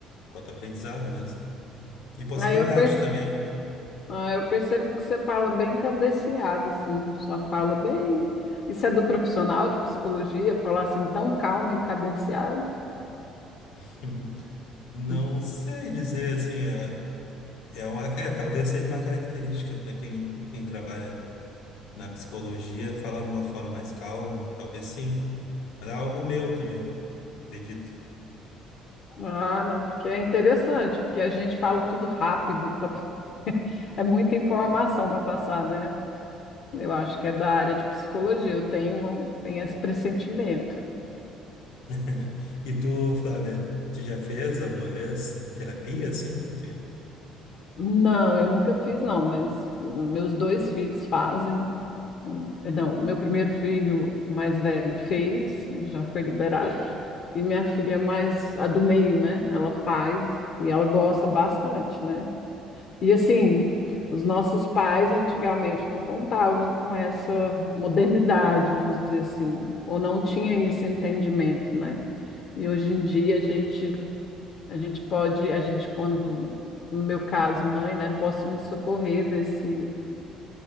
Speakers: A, on the left; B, on the left.
A: quanto aprendizado mesmo. E possibilidade
B: Aí eu, per-
A: também.
B: ah, eu percebo que você fala bem cadenciado, assim, sua fala bem. Isso é do profissional de psicologia, falar assim tão calmo e cadenciado?
A: <laughs> Não
B: Hum.
A: sei dizer assim, é, É uma, é, talvez seja uma característica para quem, quem trabalha na psicologia falar de uma forma mais calma, talvez sim. Mas é algo meu também, acredito.
B: Ah, não, porque é interessante, porque a gente fala tudo rápido, pra- <laughs> é muita informação para passar, né? Eu acho que é da área de psicologia, eu tenho, tenho esse pressentimento.
A: <laughs> E tu, Flávia, tu já fez alguma vez terapia assim? Tu-
B: Não, eu nunca fiz, não, mas meus dois filhos fazem. Hum, Não, meu primeiro filho mais velho fez, já foi liberado. E minha filha é mais, a do meio, né? Ela faz e ela gosta bastante, né? E assim, os nossos pais antigamente não contavam com essa modernidade, vamos dizer assim, ou não tinham esse entendimento, né? E hoje em dia a gente, a gente pode, a gente quando, no meu caso, mãe, né, posso me socorrer desse